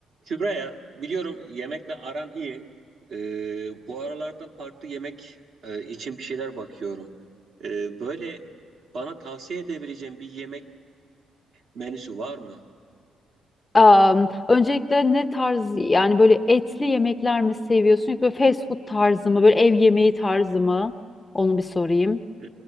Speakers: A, on the right; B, on the left.
A: Kübra'ya biliyorum yemekle aran iyi. Ee, bu aralarda farklı yemek e, için bir şeyler bakıyorum. Ee, böyle bana tavsiye edebileceğim bir yemek menüsü var mı?
B: Am, öncelikle ne tarz yani böyle etli yemekler mi seviyorsun yoksa fast food tarzı mı böyle ev yemeği tarzı mı? Onu bir sorayım.
A: Ee,